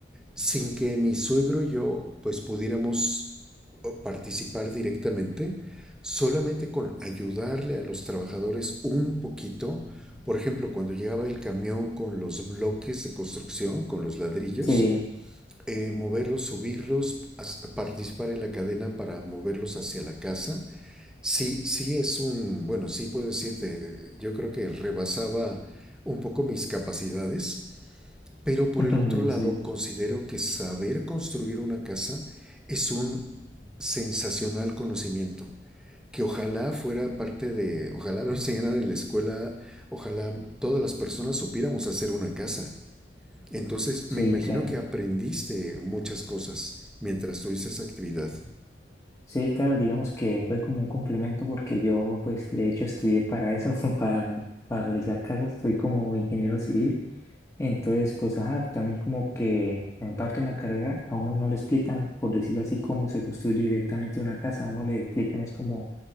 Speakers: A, in the centre; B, on the left.
A: sin que mi suegro y yo pues pudiéramos participar directamente, solamente con ayudarle a los trabajadores un poquito. Por ejemplo, cuando llegaba el camión con los bloques de construcción, con los ladrillos,
B: sí,
A: eh, moverlos, subirlos, participar en la cadena para moverlos hacia la casa. Sí, sí es un, bueno, sí puedo decirte, yo creo que rebasaba un poco mis capacidades, pero por
B: <laughs>
A: el otro lado
B: sí,
A: considero que saber construir una casa es un sensacional conocimiento, que ojalá fuera parte de, ojalá lo enseñaran en la escuela, ojalá todas las personas supiéramos hacer una casa. Entonces,
B: sí,
A: me imagino
B: claro.
A: que aprendiste muchas cosas mientras tuviste esa actividad.
B: Sí, claro, digamos que fue como un complemento porque yo, pues, de hecho, estudié para eso, <laughs> para, para realizar casas, soy como ingeniero civil. Entonces, pues, ajá, también como que en parte en la carrera a uno no le explican, por decirlo así, cómo se construye directamente una casa, a uno le explican es como